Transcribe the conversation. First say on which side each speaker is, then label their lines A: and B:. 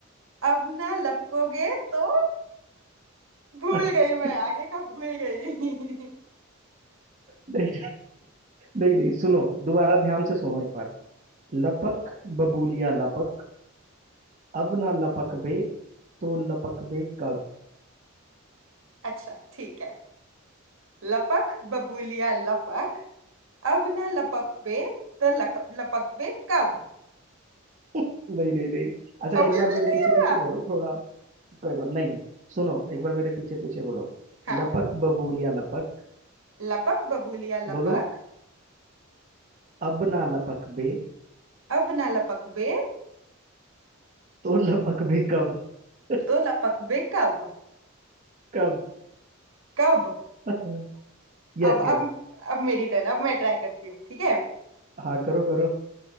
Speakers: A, on the right; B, on the right.
A: अब ना लपकोगे तो भूल
B: <laughs>
A: गई मैं आगे का भूल गई
B: नहीं नहीं नहीं सुनो दोबारा ध्यान से सुनो एक बार लपक बबूलिया लपक अब ना लपक बे तो लपक बे कब
A: <laughs> अच्छा ठीक है लपक बबूलिया लपक अब ना लपक बे तो लक, लपक बे कब
B: <laughs> नहीं नहीं नहीं अच्छा
A: अभी
B: एक बार
A: भी
B: मेरे
A: नहीं
B: पीछे
A: हुआ
B: पीछे बोलो थोड़ा कोई बात नहीं सुनो एक बार मेरे पीछे पीछे बोलो
A: हाँ
B: लपक बबूलिया लपक
A: लपक बबूलिया लपक
B: बोलो अब ना लपक बे
A: अब ना लपक बे
B: तो लपक बे कब <laughs>
A: तो लपक बे कब
B: कब
A: कब
B: <laughs> Yes
A: अब
B: yes
A: अब अब मेरी टर्न अब मैं ट्राई करती हूँ ठीक है
B: हाँ करो करो